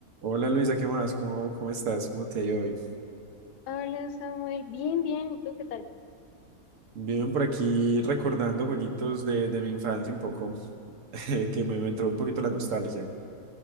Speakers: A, on the right; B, on the left.
A: Hola Luisa, ¿qué más? ¿Cómo, cómo estás? ¿Cómo te ha ido hoy?
B: Hola Samuel, bien, bien, ¿y tú qué tal?
A: Bien, por aquí recordando jueguitos de, de mi infancia un poco, <laughs> que me, me entró un poquito la nostalgia.